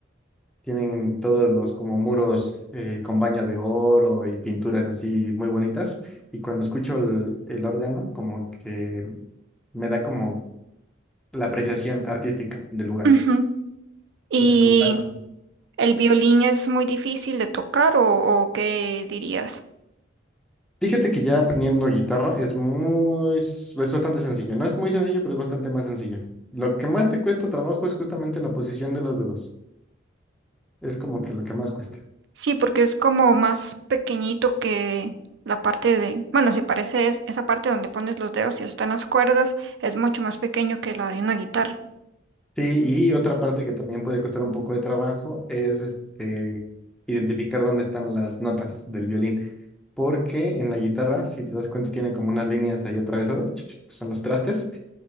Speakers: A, in the centre; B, on the right.
A: Tienen todos los como muros eh, con baño de oro y pinturas así muy bonitas. Y cuando escucho el, el órgano, como que me da como la apreciación artística del lugar.
B: Ujú. Y
A: Entonces, como tal, no.
B: ¿El violín es muy difícil de tocar o, o qué dirías?
A: Fíjate que ya aprendiendo guitarra es muy, es bastante sencillo. No es muy sencillo, pero es bastante más sencillo. Lo que más te cuesta trabajo es justamente la posición de los dedos. Es como que lo que más cuesta.
B: Sí, porque es como más pequeñito que la parte de, bueno, se parece es, esa parte donde pones los dedos y están las cuerdas, es mucho más pequeño que la de una guitarra.
A: Sí, y otra parte que también puede costar un poco de trabajo es este, identificar dónde están las notas del violín, porque en la guitarra, si te das cuenta, tiene como unas líneas ahí atravesadas, ch- ch- son los trastes,